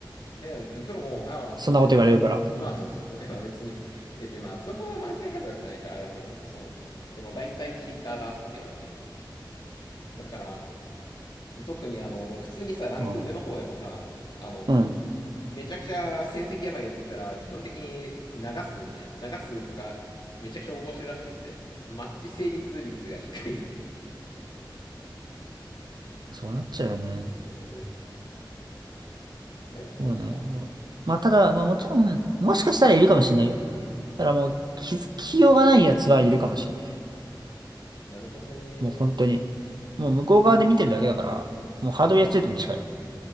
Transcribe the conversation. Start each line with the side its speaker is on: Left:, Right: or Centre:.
Left: え、プロも、ああ、
Right: そんなこと言われるから。
Left: そうね。まあ、そうそう、<laughs> いやまあ別に、別にまあ、通報が毎回入るわけじゃないからあれだけど、そう。でも大体チーターだって言われてるね。だから、特にあの、普通にさ、ランク上の方でもさ、
Right: うん。
Left: あの、
Right: うん。
Left: めちゃくちゃ戦績やばいやついたら、基本的に流すみたいな。流すとか、めちゃくちゃ横行してるらしくって、マッチ成立率が低い。
Right: そうなっちゃうよね。
Left: <laughs> ええいや、でもそうか。
Right: そうね。まあ、まあただ、まあもちろん、もしかしたらいるかもしれないよ。
Left: うん。
Right: ただもう気づきようがないやつはいるかもしれない。
Left: なるほどね。
Right: もう本当に。もう向こう側で見てるだけだから、もうハードルや中点に近い。